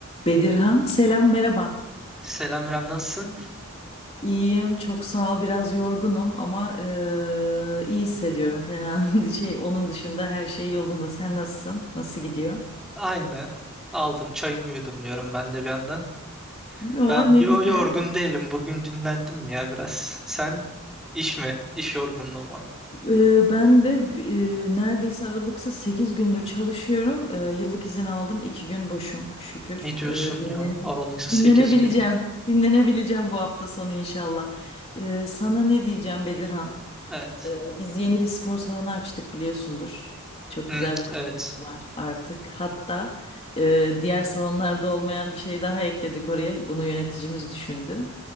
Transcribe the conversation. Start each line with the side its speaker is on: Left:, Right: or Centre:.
Left: Bedirhan, selam, merhaba.
Centre: Selam İrem nasılsın?
Left: İyiyim, çok sağ ol. Biraz yorgunum ama eee, iyi hissediyorum fena. <laughs> Şey, onun dışında her şey yolunda. Sen nasılsın? Nasıl gidiyor?
Centre: Aynı. Aldım çayımı yudum diyorum ben de bir yandan.
Left: O
Centre: Ben
Left: ne
Centre: yo
Left: güzel.
Centre: yorgun değilim. Bugün dinlendim ya biraz. Sen iş mi? İş yorgunluğu mu?
Left: Eee, ben de eee, neredeyse aralıksız 8 gündür çalışıyorum. Eee, yıllık izin aldım. iki gün boşum şükür.
Centre: Ne diyorsun
Left: Eee, dinlen
Centre: ya? Aralıksız
Left: dinlenebileceğim.
Centre: sekiz gün.
Left: Dinlenebileceğim bu hafta sonu inşallah. Eee, sana ne diyeceğim Bedirhan?
Centre: Evet.
Left: Ee, Biz yeni bir spor salonu açtık biliyorsundur. Çok
Centre: Hı,
Left: güzel bir kulübümüz
Centre: evet.
Left: var artık. Hatta e, diğer salonlarda olmayan bir şey daha ekledik oraya. Bunu yöneticimiz düşündü.